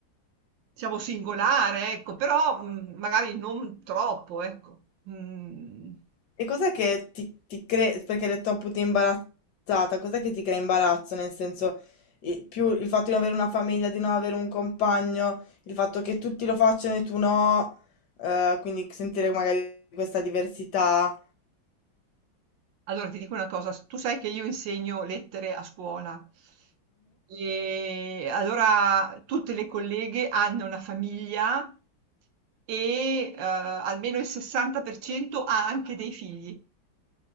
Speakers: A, on the right; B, on the left.
A: Diciamo singolare, ecco, però, mhmm, magari non troppo, ecco. Mhmm,
B: E cos'è che ti, ti crea, perché hai detto appunto imbarazzata, cos'è che ti crea imbarazzo? Nel senso, i- più il fatto di non avere una famiglia, di non avere un compagno, il fatto che tutti lo facciano e tu no, eh, quindi sentire magari questa diversità,
A: allora ti dico una cosa, s tu sai che io insegno lettere a scuola e allora tutte le colleghe hanno una famiglia e, uhm, almeno il 60% ha anche dei figli.